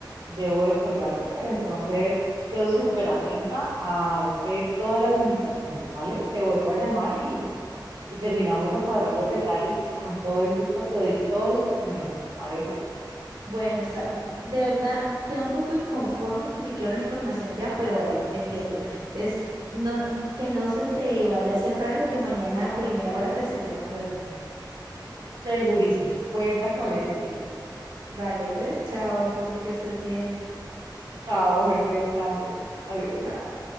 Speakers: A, on the right; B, on the right.
A: debo de colgarte, pero entonces quedo súper atenta a darte todas las indicaciones, ¿vale? Te vuelvo a llamar y, y terminamos de cuadrar los detalles y con todo el gusto te doy todos los pormenores, ¿te parece?
B: Bueno, está, de verdad, queda un poco inconforme porque quiero la información ya, pero vale, entiendo. Entonces, no, que no se te vaya a hacer raro que mañana a primera hora te esté llamando de nuevo.
A: Segurísimo, cuenta con ello, querida.
B: Vale, pues, chao, Julie, que estés bien.
A: Chao, mujer, que descanses. Adiós.
B: Chao.